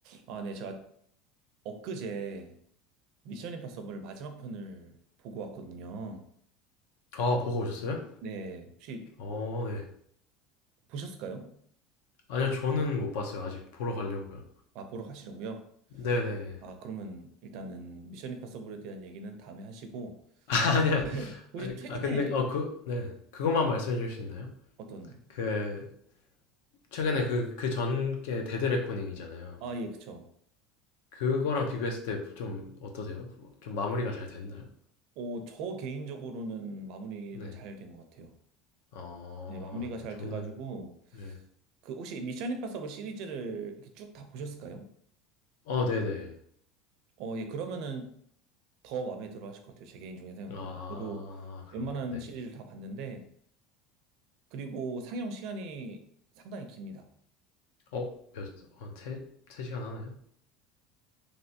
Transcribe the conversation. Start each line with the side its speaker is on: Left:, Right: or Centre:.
Right: 아, 네, 제가 엊그제 미션 임파서블 마지막 편을 보고 왔거든요.
Left: 아 보고 오셨어요?
Right: 네, 혹시
Left: 어 네.
Right: 보셨을까요?
Left: 아니요 저는 못 봤어요 아직. 보러 가려고요.
Right: 아, 보러 가시려고요?
Left: 네네.
Right: 아, 그러면 일단은 미션 임파서블에 대한 얘기는 다음에 하시고,
Left: <laughs> 아니요.
Right: <laughs> 네. 혹시
Left: 아아
Right: 최근에
Left: 근데 어 그 네. 그것만 말씀해 주실 수 있나요?
Right: 어떤,
Left: 그 최근에 그 그 전 게 데드 레코닝이잖아요.
Right: 아, 예, 그쵸.
Left: 그거랑 비교했을 때 좀 어떠세요? 좀 마무리가 잘 됐나요?
Right: 어, 저 개인적으로는 마무리를
Left: 네.
Right: 잘 된 것 같아요.
Left: 아
Right: 네, 마무리가
Left: 네.
Right: 잘
Left: 저는
Right: 돼가지고,
Left: 네.
Right: 그 혹시 미션 임파서블 시리즈를 이렇게 쭉 다 보셨을까요?
Left: 어 네네.
Right: 어, 예, 그러면은 더 마음에 들어 하실 것 같아요. 제 개인적인 생각으로는.
Left: 아
Right: 저도
Left: 그런가요?
Right: 웬만한
Left: 네.
Right: 시리즈를 다 봤는데, 그리고 상영 시간이 상당히 깁니다.
Left: 어 몇 한 세 세 시간 하나요?